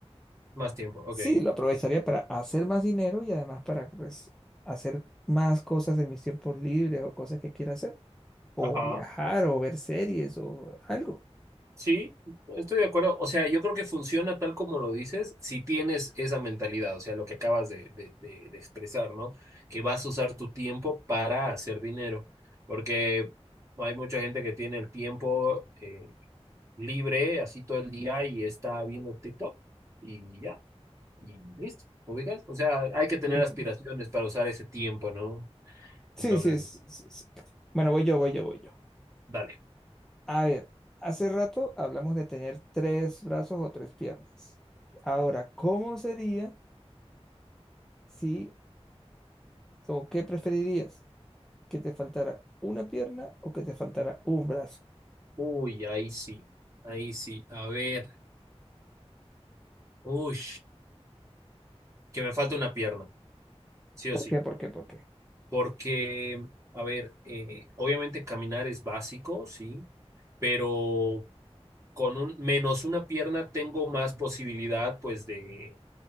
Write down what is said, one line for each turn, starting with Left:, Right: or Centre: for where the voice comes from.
Right: Más tiempo, ok.
Centre: Sí, lo aprovecharía para hacer más dinero y además para pues, hacer más cosas en mis tiempos libres o cosas que quiera hacer. o
Right: Ajá.
Centre: viajar, o ver series, o algo.
Right: Sí, estoy de acuerdo. O sea, yo creo que funciona tal como lo dices si tienes esa mentalidad, o sea, lo que acabas de, de, de- de expresar, ¿no? Que vas a usar tu tiempo para hacer dinero, porque hay mucha gente que tiene el tiempo eh, libre, así todo el día y está viendo TikTok y ya, y listo, ¿ubicas? O sea, hay que tener
Centre: Sí,
Right: aspiraciones para usar ese tiempo, ¿no?
Centre: sí,
Right: Entonces,
Centre: sí, sí, sí, sí. Bueno, voy yo, voy yo, voy yo.
Right: dale.
Centre: A ver, hace rato hablamos de tener tres brazos o tres piernas. Ahora, ¿cómo sería si, o qué preferirías? ¿Que te faltara una pierna o que te faltara un brazo?
Right: Uy, ahí sí, ahí sí. A ver, uy, que me falta una pierna. Sí o
Centre: ¿Por
Right: sí,
Centre: qué? ¿Por qué? ¿Por qué?
Right: porque, a ver, eh, obviamente caminar es básico, sí, pero con un menos una pierna tengo más posibilidad, pues, de